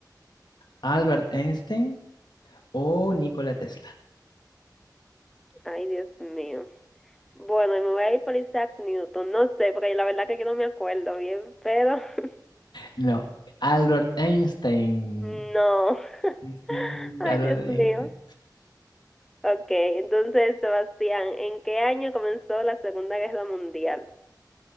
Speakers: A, on the left (about 80°); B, in the centre.
A: Albert Einstein o Nikola Tesla.
B: Ay, Dios mío. Bueno, y me voy a ir por Isaac Newton. No sé, porque la verdad que yo no me acuerdo bien, pero <laughs>
A: No, Albert Einstein.
B: No. <laughs>
A: Sí, sí,
B: Ay,
A: Albert
B: Dios
A: Einstein.
B: mío. Ok, entonces, Sebastián, ¿en qué año comenzó la Segunda Guerra Mundial?